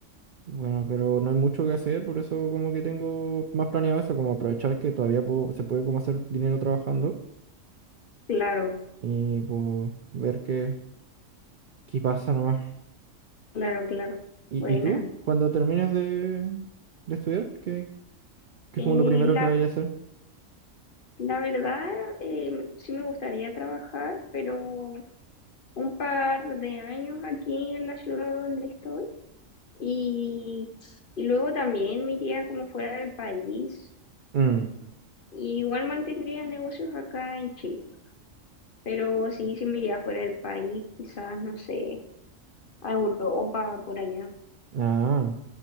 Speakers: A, on the right; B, on the left.
A: Bueno, pero no hay mucho que hacer, por eso como que tengo más planeado eso, como aprovechar que todavía puedo- se puede como hacer dinero trabajando
B: claro,
A: y pues ver qué, qué pasa nomás.
B: claro, claro.
A: ¿Y,
B: Buena.
A: y tú? Cuando termines de, de estudiar, ¿qué, qué
B: Eh,
A: es como lo primero
B: la,
A: que vayas a hacer?
B: la verdad, eh, sí me gustaría trabajar, pero un par de años aquí en la ciudad donde estoy y, y luego también me iría como fuera del país.
A: Mm,
B: Y igual mantendría negocios acá en Chile. Pero sí, sí me iría fuera del país, quizás, no sé, a Europa, por allá.
A: Ah,